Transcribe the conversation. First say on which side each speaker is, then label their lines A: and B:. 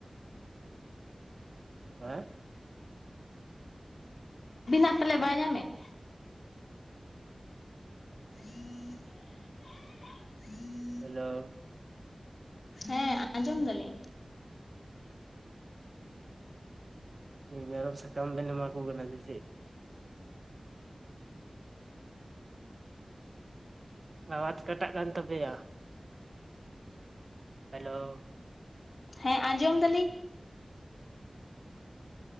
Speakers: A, on the right; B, on the left.
A: ᱦᱮᱸ
B: ᱟᱹᱵᱤᱱᱟᱜ ᱯᱟᱞᱮ ᱵᱟᱭ ᱧᱟᱢᱮᱫ <inaudible>
A: ᱦᱮᱞᱳ
B: ᱦᱮᱸ ᱟᱸᱡᱚᱢ ᱫᱟᱞᱤᱧ
A: ᱢᱮᱨᱚᱢ ᱥᱟᱠᱟᱢ ᱵᱮᱱ ᱮᱢᱟ ᱠᱚ ᱠᱟᱱᱟ ᱥᱮ ᱪᱮᱫ ᱟᱣᱟᱡᱽ ᱠᱟᱴᱟᱜ ᱠᱟᱱ ᱛᱟᱯᱮᱭᱟ ᱦᱮᱞᱳ
B: ᱦᱮᱸ ᱟᱸᱡᱚᱢ ᱫᱟᱞᱤᱧ